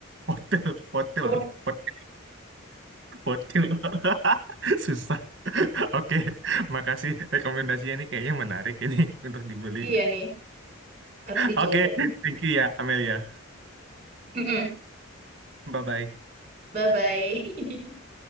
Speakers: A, on the right (about 55°); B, on the right (about 30°).
A: potel, potel,
B: potel.
A: potel, potel. <laughs> Susah. <laughs> Oke, makasih rekomendasinya ini kayaknya menarik ini <laughs> untuk dibeli.
B: Iya nih, harus dicoba.
A: Oke, thank you ya, Amelia.
B: Mm-mm.
A: Bye-bye.
B: Bye-bye. <laughs>